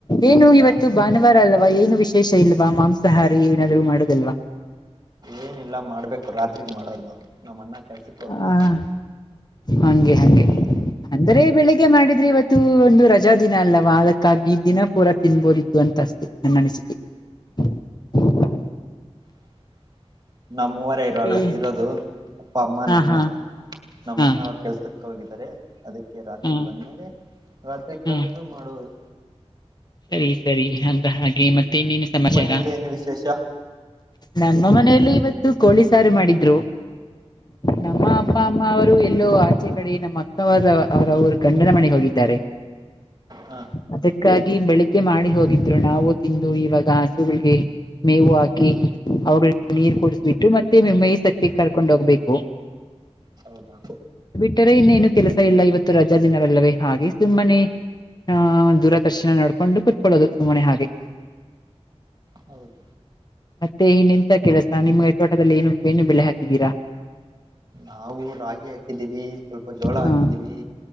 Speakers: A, on the left; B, on the right.
A: ಏನು ಇವತ್ತು
B: ಹ
A: ಭಾನುವಾರ ಅಲ್ಲ. ವಾ ಏನು ವಿಶೇಷ ಇಲ್ವಾ ಮಾಂಸಾಹಾರಿ ಏನಾದ್ರು ಮಾಡುದಲ್ವಾ.
B: ಏನಿಲ್ಲ ಮಾಡ್ಬೇಕು ರಾತ್ರಿಗ್ ಮಾಡೋದ್ ನಾವು. ನಮ್ಮ ಅಣ್ಣ ಕೆಲ್ಸಕ್ಕೆ ಹೋಗಿದ್ದಾರೆ
A: ಹ ಹಂಗೆ ಹಂಗೆ
B: ಅದಕ್ಕೆ
A: ಅಂದ್ರೆ ಬೆಳಿಗ್ಗೆ ಮಾಡಿದ್ರಿ ಇವತ್ತು. ಇತ್ತು ಒಂದು ರಜಾ ದಿನ ಅಲ್ಲವಾ ಅದಕ್ಕಾಗಿ ಈ ದಿನ ಪೂರಾ ತಿನ್ಬೋದಿತ್ತು ಅಂತ ಅಸ್ತು ನನ್ನ ಅನಿಸಿಕೆ. <inaudible>
B: <inaudible> ನಮ್ಮೂವರ ಇರೋಲ್ಲ
A: ಹಾ
B: ಇರೋದು ಅಪ್ಪ ಅಮ್ಮ ನಾನು
A: ಹಾ
B: ನಮ್ಮ
A: ಹಾ
B: ಅಣ್ಣ ಅವರು ಕೆಲ್ಸಕ್ಕೆ ಹೋಗಿದ್ದಿ. ಅದಕ್ಕೆ ರಾತ್ರಿಗ್
A: ಹಾ
B: ಬಂದ್ಮೇಲೆ ರಾತ್ರಿಗ್
A: ಹಾ
B: ತಂದು ಮಾಡುವುದು.
A: ಸರಿ ಸರಿ ಅಂದ ಹಾಗೆ ಮತ್ತೆ. ನೀನು ಸಮಾಚಾರ
B: ನಿಮ್ಮ್ ಮನೇಲಿ ಏನು ವಿಶೇಷ
A: ನಮ್ಮ ಮನೆಯಲ್ಲಿ ಇವತ್ತು. ಕೋಳೀ ಸಾರು ಮಾಡಿದ್ರು. ನಮ್ಮ ಅಪ್ಪ ಅಮ್ಮ ಅವರು ಎಲ್ಲೋ ಆಚೆ ಕಡೆ ನಮ್ಮ ಅಕ್ಕವಾದ ಅವರವರು ಗಂಡನ ಮನೆಗೆ ಹೋಗಿದ್ದಾರೆ.
B: ಹ
A: ಅದಕ್ಕಾಗಿ ಬೆಳಿಗ್ಗೆ ಮಾಡಿ ಹೋಗಿದ್ರು ನಾವು ತಿಂದು ಇವಾಗ ಆಸೆ. ಮೇವು ಹಾಕಿ ಅವುಗಳಿಗೆ ನೀರ್
B: ಹ್ಮ್
A: ಕೊಡಿಸ್ಬಿಟ್ಟು ಮತ್ತೆ. ಮತ್ತಮ ಮೇ ಸತಿ ಕರ್ಕೊಂಡ್ ಹೋಗ್ಬೇಕು.
B: ಹೌದಾ.
A: ಇಟ್ಟರೆ ಇನ್ನೇನು ಕೆಲಸ ಇಲ್ಲ ಇವತ್ತು ರಜಾ ದಿನವಲ್ಲವೇ ಹಾಗೆ ಸುಮ್ಮನೆ. ಆ
B: ಹ್ಮ.
A: ದೂರದರ್ಶನ ನೋಡ್ಕೊಂಡು ಕುೂತ್ಕೊಳ್ಳೋದು ಸುಮ್ಮನೆ ಹಾಗೆ.
B: ಹೌದು.
A: ಮತ್ತೆ ಇನ್ ಎಂತ ಕೆಲಸ ನಿಮ್ ತೋಟದಲ್ಲಿ ಏನು ಏನು ಬೆಲೆೆ ಹಾಕಿದ್ದೀರಾ
B: ನಾವು ರಾಗಿ ಹಾಕಿದ್ದೀವಿ ಸ್ವಲ್ಪ ಜೋಳ
A: ಹಾ
B: ಹಾಕಿದ್ದೀವಿ